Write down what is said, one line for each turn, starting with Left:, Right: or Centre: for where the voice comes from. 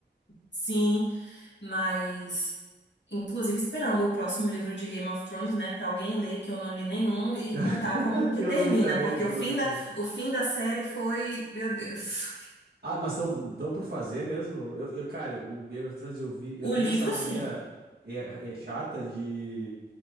Left: Sim. Mas, inclusive, esperando o próximo livro de Game of Thrones, né, Pra alguém ler, que eu não li nenhum, e
Right: <laughs>
Left: contar como que
Right: Eu
Left: termina,
Right: não li também,
Left: porque
Right: eu
Left: o fim
Right: não li também.
Left: da, o fim da série foi, meu Deus.
Right: Ah, mas estão tão por fazer mesmo? Eu, eu, cara, o Game of Thrones eu vi. Eu
Left: O
Right: tenho
Left: livro,
Right: essa mania
Left: sim.
Right: é, é chata de,